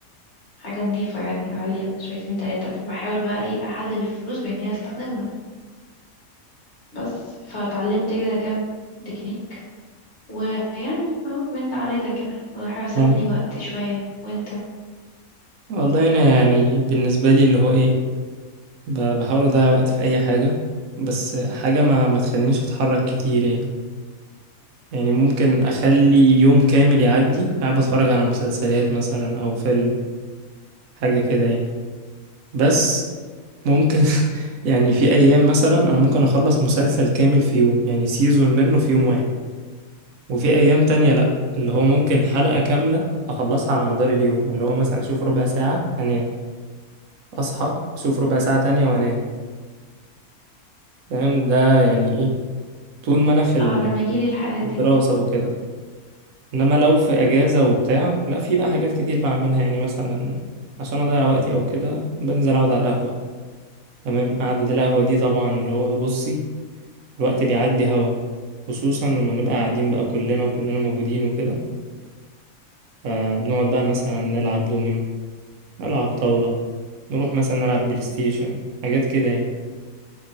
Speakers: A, on the left; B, on the right.
A: حاجة نظيفة يعني غالية شويتين تلاتة فبحاول بقى ايه أحلل الفلوس بإن هي أستخدمها بس فتعلمت كده كام تكنيك ويعني اه من ده على ده كده بحاول أسلي
B: اه
A: وقت شوية وانت
B: والله انا يعني بالنسبه لي اللي هو ايه ب- بحاول اضيع وقت في اي حاجه بس حاجه ما ما تخلينيش اتحرك كتير يعني يعني ممكن اخلي يوم كامل يعدي قاعد بتفرج على مسلسلات مثلا او فيلم حاجه كده يعني بس ممكن <laughs> يعني في ايام مثلا انا ممكن اخلص مسلسل كامل في يوم يعني سيزون منه في يوم واحد وفي ايام تانية لا اللي هو ممكن حلقة كاملة اخلصها على مدار اليوم اللي هو مثلا اشوف ربع ساعة انام اصحى اشوف ربع ساعة تانية وانام تمام ده يعني ايه طول ما انا في ال-
A: اه أنا بيجيلي الحالات
B: الدراسة
A: دي
B: وكده انما لو في اجازة وبتاع لا في بقى حاجات كتير بعملها يعني مثلا عشان اضيع وقتي او كده بنزل اقعد على القهوة تمام قعدة القهوة دي طبعا اللي هو بصي الوقت بيعدي هوا خصوصا لما نبقى قاعدين بقى كلنا وكلنا موجودين وكده فبنقعد بقى مثلا نلعب دومينو ألعب طاولة نروح مثلا نلعب بلاي ستيشن حاجات كده يعني